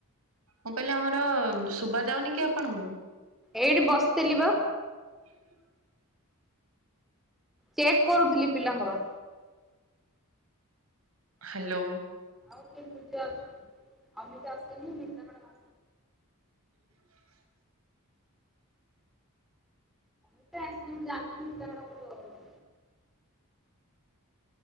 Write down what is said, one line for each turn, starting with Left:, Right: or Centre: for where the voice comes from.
Right: ମୁଁ କହିଲି ଆମର ଶୁଭା ଯାଉନି କି ଆପଣଙ୍କୁ।
Centre: ଏଇଠି ବସିଥିଲି ବା।
Right: ହୁଁ ହୁ
Centre: ଚେକ୍ କରୁଥିଲି ପିଲାଙ୍କର।
Right: ହାଲୋ।
Centre: <unintelligible>
Right: ହ
Centre: <unintelligible>